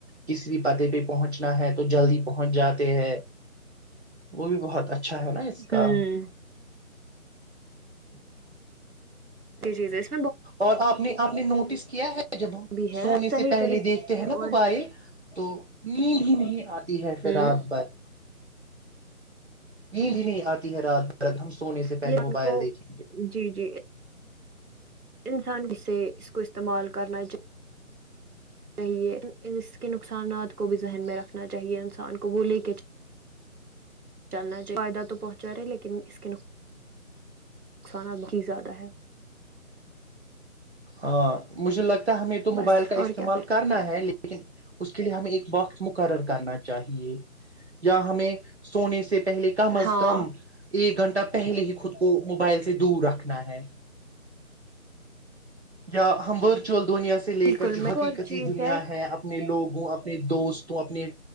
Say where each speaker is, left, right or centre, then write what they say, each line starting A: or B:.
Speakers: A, on the right (about 50°); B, on the right (about 85°).
A: کسی بھی پتے پہ پہنچنا ہے تو جلدی پہنچ جاتے ہیں وہ بھی بہت اچھا اچھا ہے نا اس
B: ہوں
A: کا <unintelligible>
B: جی جی ج
A: اور آپ نے آپ نے نوٹس کیا ہے جب ہم
B: بھی ہے
A: سونے
B: صحیح
A: سے پہلے
B: طریقے
A: دیکھتے
B: سے
A: ہیں نا
B: اور
A: موبائل تو نیند ہی نہیں آتی ہے پھر
B: ہوں
A: رات بھر نیند بھی نہیں آتی ہے رات ہم سونے سے پہلے
B: یہ
A: موبائل
B: ان کو
A: دیکھیں گے
B: جی جی انسان ک سے اس کو استعمال کرنا چاہی چے اس کے نقصانات کو بھی ذہن میں رکھنا چاہیے انسان کو وہ لے کے چلنا چ فائدہ تو پہنچا رہے لیکن اس کے نقصانات بہت ہی زیادہ ہے
A: ہاں مجھے لگتا ہمیں تو
B: بس
A: موبائل کا
B: اور
A: استعمال
B: کیا کریں
A: کرنا ہے لیکن ٹھیک ہے اس کے لیے ہمیں ایک باکس م کرر کرنا چاہیے یا ہمیں سونے سے پہلے کم از
B: ہاں
A: کم ایک گھنٹہ پہلے ہی خود کو موبائل سے دور رکھنا ہے یا ہممبر دنیا سے
B: بالکل
A: لے کر جو
B: میں
A: حقیقتی
B: ایک اور چیز
A: دنیا ہے اپنے لوگ اپنے دوستوں اپنے